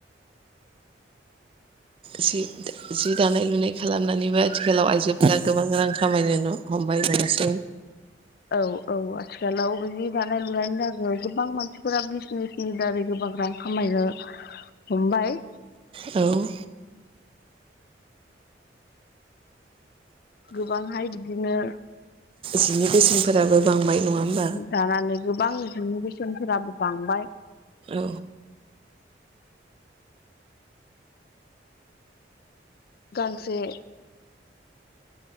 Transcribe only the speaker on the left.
औ औ आथिखालाव बे दानाय लु जाग गोबां मानसिफोरा बिजनेसनि बारै गोबां रां खामायनो हमबाय
गोबांहाय बिदिनो
दानानै गोबां रोोंनि बेसेनफोराबो बांबाय
गांसे